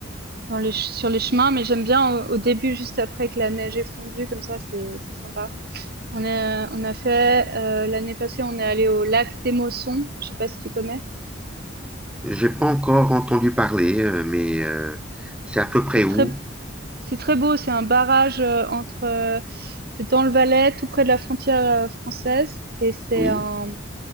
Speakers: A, on the right; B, in the centre.
A: dans les ch- sur les chemins, mais j'aime bien au, au début juste après que la neige est fondue comme ça, c'est c'est sympa. On est, on a fait euh, l'année passée, on est allé au lac d'Émosson. Je sais pas si tu connais.
B: j'ai pas encore entendu parler, euh, mais euh, c'est à peu près
A: C'est
B: où?
A: très, c'est très beau. C'est un barrage euh, entre, euh, c'est dans le Valais, tout près de la frontière euh, française, et c'est
B: Oui.
A: un,